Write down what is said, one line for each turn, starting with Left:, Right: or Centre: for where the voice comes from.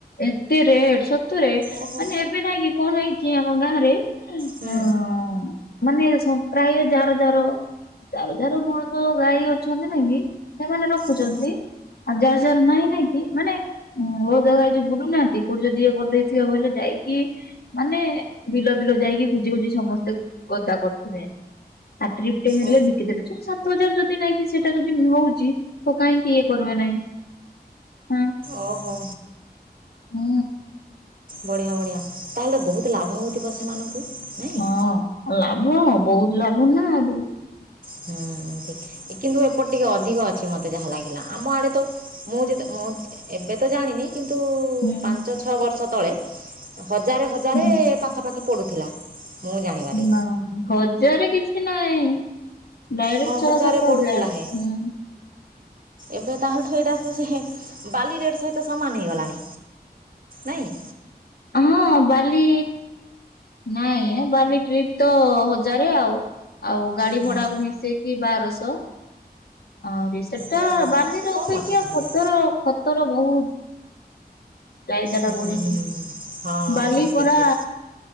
Left: ଏତେ ରେଟେ ସତରେ
Right: ଓହୋ
Left: ମାନେ ଏବେ ନାଇଁ କି କଣ ହେଇଛି ଆମ ଗାଁ ରେ ହ
Right: ହୁଁ
Left: ମାନେ ପ୍ରାୟ ଯାର ଯାର ଯାାର ବୁଳଦ ଗାଈ ଅଛନ୍ତି ନାଇ କି ସେମାନେ ରଖୁଛନ୍ତି।
Right: ହୁଁ
Left: ଆଉ ଯାହା ଯାର ନାଇଁ ନାଇଁ କିି ମାନେ ବଳଦ ଗାଈ ଯଉ ବୁଲୁନାହାନ୍ତି କୋଉଠି ଯଦି ଇଏ କରିଦେଇଥିବ ବୋଇଲେ ଯାଇକି। ମାନେ ବିଲ ବିଲ ଯାଇକି ଖୋଜି ଖୋଜି ସମସ୍ତେ ଗଦା କରିଥିବେ। ଆପ୍ରିବିଟି ହେଲେେ।
Right: ଓ
Left: ଦେ ସାତ ହଜାର ଯଦି ନାଇଁ କି ସେଟା ଯଦି ହଉଛି ତ କାହିଁକି ଇଏ କରିବେ ନାହିଁ। ହଁ।
Right: ଓହୋ।
Left: ହୁଁ।
Right: ବଢ଼ିଆ ବଢ଼ିଆ ତାହେଲେ ବହୁତ ଲାଭ ହେଉଥିବ ସେମାନଙ୍କୁ ନାଇଁ
Left: ହଁ ଲାଭ ବହୁତ ଲାଭ ନାଆ
Right: ହୁଁ କିନ୍ତୁ ଏପଟେ ଟିକେ ଅଧିକ ଅଛି ମତେ ଯାହା ଲାଗିଲା ଆମ ଆଡେ ତ ମୁଁ ଯେ ମୁଁ ଏବେ ତ ଜାଣିନି। କିନ୍ତୁ
Left: ହୁଁ।
Right: ପାଞ୍ଚ ଛଅ ବର୍ଷ ତଳେ ହଜାରେ ହଜାରେ
Left: ହୁଁ
Right: ପାଖାପାଖି ପଡ଼ୁଥିଲା। ମୁଁ ଜାଣିବାରେ
Left: ନାାଇ ହଜାର କିଛି ନାଇଁ। ଡାଇରେକ୍ଟ
Right: ହଁ
Left: ଛଅ
Right: ହଜାରେ
Left: ସାତ
Right: ପଡ଼ୁଥିଲା
Left: ହଜାର ହଁ
Right: ହେ ଏବେ ତାହେଲେଠ ଏଇଟା ତ ସେ ବାଲି ରେଟ୍ ସହିତ ସମାନ ହେଇଗଲାଣି ନାଇଁ
Left: ହଁ ବାଲି ନାଇଁ ବାଲି ଟ୍ରିପ ତ ହଜାରେ ଆଉ ଆଉ ଗାଡି
Right: ହଁ
Left: ଭଡାକୁ ମିଶେଇକି ବାରଶହ ଆହୁରି ସେଟା
Right: ଓ
Left: ବାଲିର
Right: କମ୍
Left: ଅପେକ୍ଷା
Right: ଅଛି ତାହେଲେ
Left: ଖତର ଖତର ବହୁତ ଚାହିଦା
Right: ହୁଁ
Left: ଟା ପଢିଛି
Right: ହୁଁ ହୁଁ। ହଁ
Left: ବାଲି
Right: ଠିକ୍
Left: ପରା
Right: ଠିକ୍ ଠିକ୍